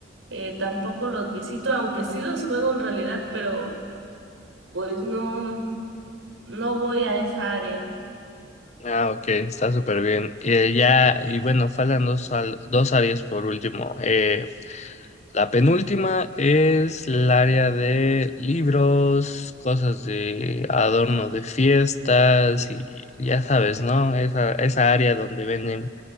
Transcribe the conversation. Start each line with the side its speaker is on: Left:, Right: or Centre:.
Right: eh, tampoco los visito, aunque sí los juego en realidad, pero pues no, no voy a esa área.
Left: Ah, ok, está súper bien. Eh, ya, y bueno, faltan dos, al- dos áreas por último. Eh, La penúltima es el área de libros, cosas de adorno de fiestas y ya sabes, ¿no? Esa, esa área donde venden